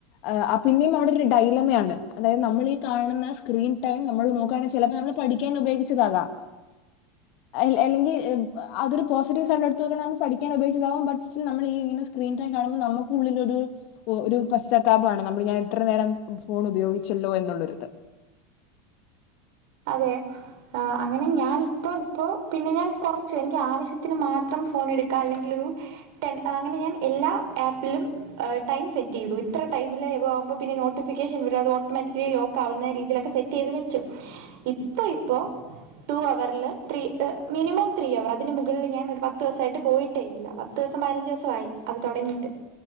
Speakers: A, on the left; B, on the right.
A: ആഹ് പിന്നെ നമ്മടൊരു ഡൈലമയാണ് അതായത് നമ്മൾ ഈ കാണുന്ന സ്ക്രീൻ ടൈം നമ്മൾ നോക്കാണെ ചെലപ്പോ നമ്മള് പഠിക്കാൻ ഉപയോഗിച്ചതാകാം. അൽ അല്ലെങ്കി അതൊരു പോസിറ്റീവ് സൈഡിൽ എടുത്തു നോക്കയാണേ പഠിക്കാൻ ഉപയോ ബട്ട് സ്റ്റിൽ നമ്മൾ ഇങ്ങന സ്ക്രീൻ ടൈം കാണുമ്പോ നമ്മക്കുള്ളിലോരു ഓഹ് ഒരു പശ്ചാത്താപാണ് നമ്മൾ ഇങ്ങനെ ഇത്ര നേരം ഫോൺ ഉപയോഗിച്ചല്ലോ എന്നുള്ളരുത്
B: അതെ ആഹ് അങ്ങനെ ഞാൻ ഇപ്പോ ഇപ്പോ പിന്നെ ഞാൻ കൊറച്ച് എനിക്ക് ആവശ്യത്തിന് മാത്രം ഫോൺ എട്ക്കാ അല്ലെങ്കിൽ ഒരു ടെൻ അങ്ങനെ ഞാൻ എല്ലാ ആപ്പിലും ടൈം സെറ്റ് ചെയ്തു ഇത്ര ടൈമിലെ ഇത് ആവുമ്പോ പിന്നെ നോട്ടിഫിക്കേഷൻ വരും അത് ഓട്ടോമാറ്റിക്കലി ലോ ആവുന്ന രീതിയിലൊക്കെ സെറ്റ് ചെയ്ത് വെച്ചു ഇപ്പൊ ഇപ്പോ ടു അവർല്ല് ത്രീ മിനിമം ത്രീ അവർ അതിന് മുകളിൽ ഞാൻ ഒരു പത്തുസായിട്ട് പോയിട്ടേ ഇല്ല പത്തൂസം പതിനഞ്ചുസായി അത് തോടങ്ങിട്ട്